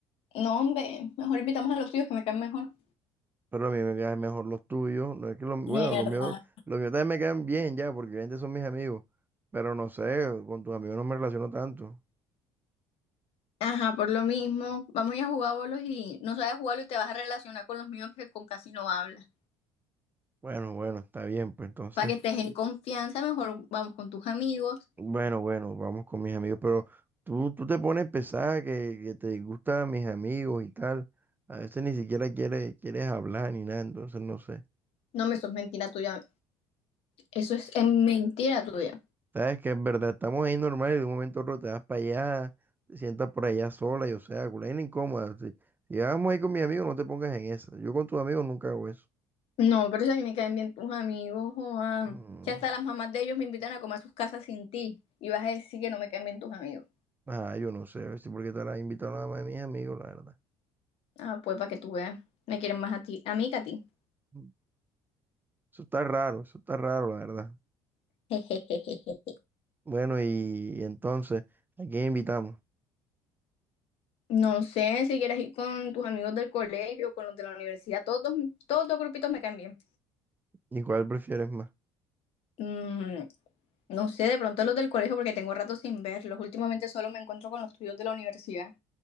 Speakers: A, on the left (about 60°); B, on the right (about 15°).
A: No, hombre, mejor invitamos a los tuyos que me caen mejor.
B: Pero a mí me quedan mejor los tuyos. No es que los- bueno,
A: Mierda.
B: los míos, los míos también me quedan bien ya, porque obviamente son mis amigos. Pero no sé, con tus amigos no me relaciono tanto.
A: Ajá, por lo mismo, vamos a ir a jugar bolos y no sabes jugarlo y te vas a relacionar con los míos que con casi no hablas.
B: Bueno, bueno, está bien, pues entonces.
A: Para que estés en confianza, mejor vamos con tus amigos.
B: Bueno, bueno, vamos con mis amigos. Pero tú, tú te pones pesada que, que te disgustan mis amigos y tal. A veces ni siquiera quieres, quieres hablar ni nada, entonces no sé.
A: No, me eso es mentira tuya. Eso es eh, mentira tuya.
B: Sabes que es verdad, estamos ahí normal y de un momento a otro te vas para allá, te sientas por allá sola y o sea, culé incómoda. Si, si vamos ahí con mis amigos, no te pongas en esa. Yo con tus amigos nunca hago eso.
A: No, pero si a mí me caen bien tus amigos, Juan.
B: Mm,
A: Si hasta las mamás de ellos me invitan a comer a sus casas sin ti y vas a decir que no me caen bien tus amigos.
B: Ah, yo no sé, si porque te la has invitado nada más de mis amigos, la verdad.
A: Ah, pues para que tú veas, me quieren más a ti, a mí que a ti.
B: Mm, Eso está raro, eso está raro, la verdad.
A: <laughs>
B: Bueno, y, y entonces, ¿a quién invitamos?
A: No sé si quieres ir con tus amigos del colegio, con los de la universidad, todos, todos los grupitos me caen bien.
B: ¿Y cuál prefieres más?
A: Mm, no sé, de pronto los del colegio porque tengo rato sin verlos. Últimamente solo me encuentro con los tuyos de la universidad.